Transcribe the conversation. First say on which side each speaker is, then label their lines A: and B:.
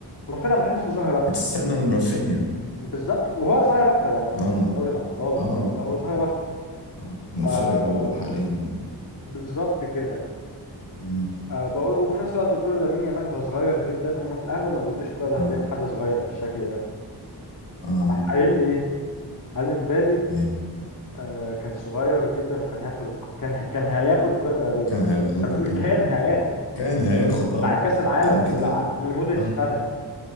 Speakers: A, on the left (about 50°); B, on the left (about 80°).
A: رافينيا بحسه ظاهر اكتر
B: هتستنى من رافينيا
A: بالظبط وهو ظاهر اكتر يعني في ماتشات
B: اه
A: دوري الابطال والكلام
B: اه
A: ده هو ظاهر اكتر
B: آه. منفجر
A: آه
B: هو حاليا
A: بالظبط كده
B: مم.
A: أه بقول وفي نفس الوقت قلت له لامين يامال هو صغير جدا هما في الاغلب ما بيدوش كوره ذهبيه
B: اه
A: لحد صغير بالشكل ده
B: اه
A: راح قايل لي ايه قال لي مبابي
B: ايه
A: آه كان صغير جدا وكان هياخد الك- كان كان هياخد الكره الذهبيه
B: كان
A: قلت
B: هياخد
A: له طب
B: الكرة
A: انت بتقول كان هياخد
B: كان هياخد اه
A: بتاع كاس العالم
B: طب ما كده
A: بتاع اللي مودريتش
B: اه
A: خدها